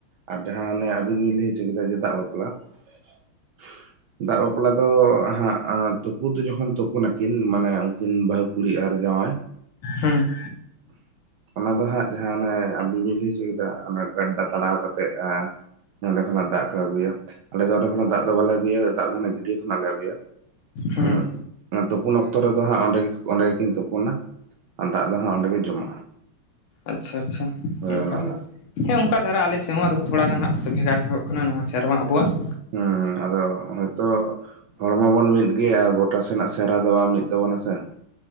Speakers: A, on the right (about 70°); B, on the left (about 75°).
A: ᱟᱨ ᱡᱟᱸᱦᱟ ᱟᱵᱤᱱ ᱵᱤᱱ ᱞᱟᱹᱭ ᱦᱚᱪᱚ ᱠᱮᱫᱟ ᱡᱮ ᱫᱟᱜ ᱵᱟᱯᱞᱟ <unintelligible> ᱫᱟᱜ ᱵᱟᱯᱞᱟ ᱫᱚ ᱦᱟᱸᱜ ᱛᱩᱯᱩ ᱫᱚ ᱡᱚᱠᱷᱚᱱ ᱛᱩᱯᱩᱱ ᱟᱠᱤᱱ ᱢᱟᱱᱮ ᱩᱱᱠᱤᱱ ᱵᱟᱹᱦᱩ ᱠᱩᱲᱤ ᱟᱨ ᱡᱟᱶᱟᱭ
B: ᱦᱩᱸ
A: ᱚᱱᱟ ᱫᱚ ᱦᱟᱸᱜ ᱡᱟᱸᱦᱟ ᱚᱱᱮ ᱟᱵᱤᱱ ᱵᱤᱱ ᱞᱟᱹᱭ ᱦᱚᱪᱚ ᱠᱮᱫ ᱚᱱᱟ ᱜᱟᱰᱰᱷᱟ ᱛᱟᱲᱟᱣ ᱠᱟᱛᱮᱫ ᱱᱚᱸᱰᱮ ᱠᱷᱚᱱᱟᱜ ᱫᱟᱜ ᱠᱚ ᱟᱹᱜᱩᱭᱟ ᱟᱞᱮ ᱫᱚ ᱚᱸᱰᱮ <unintelligible> ᱫᱟᱜ ᱫᱚ ᱵᱟᱞᱮ ᱟᱹᱜᱩᱭᱟ ᱫᱟᱜ ᱫᱚ ᱦᱟᱱᱮ ᱜᱟᱹᱰᱭᱟᱹ ᱠᱷᱚᱱᱟᱜ ᱞᱮ ᱟᱹᱜᱩᱭᱟ
B: ᱦᱩᱸ
A: ᱾ ᱛᱩᱯᱩᱱ ᱚᱠᱛᱚ ᱨᱮᱫᱚ ᱦᱟᱸᱜ ᱚᱸᱰᱮ ᱜᱮᱠᱤᱱ ᱛᱩᱯᱩᱱᱟ ᱫᱟᱜ ᱫᱚ ᱦᱟᱸᱜ ᱚᱸᱰᱮ ᱜᱮ ᱡᱚᱢᱟᱜᱼᱟ᱾
B: ᱟᱪᱪᱷᱟ ᱟᱪᱪᱷᱟ
A: ᱦᱳᱭ
B: <unintelligible>
A: ᱚᱱᱮ ᱚᱱᱠᱟ
B: ᱦᱮᱸ ᱚᱝᱠᱟ ᱫᱷᱟᱨᱟ ᱟᱞᱮ ᱥᱮᱫ ᱦᱚᱸ ᱟᱫᱚ ᱛᱷᱚᱲᱟ ᱜᱟᱱ ᱦᱟᱸᱜ ᱵᱷᱮᱜᱟᱨ ᱵᱷᱮᱜᱟᱨ ᱧᱚᱜ ᱠᱟᱱᱟ ᱱᱚᱣᱟ ᱥᱮᱨᱣᱟ ᱟᱵᱚᱣᱟᱜ ᱾
A: ᱦᱩᱸ ᱟᱫᱚ ᱦᱚᱭ ᱛᱚ ᱦᱚᱲ ᱢᱟ ᱵᱚᱱ ᱢᱤᱫ ᱜᱮᱭᱟ ᱟᱨ ᱜᱚᱴᱟ ᱥᱮᱱᱟᱜ ᱥᱮᱨᱣᱟ ᱫᱚ ᱵᱟᱝ ᱢᱤᱫ ᱛᱟᱵᱚᱱᱟ ᱥᱮ ᱾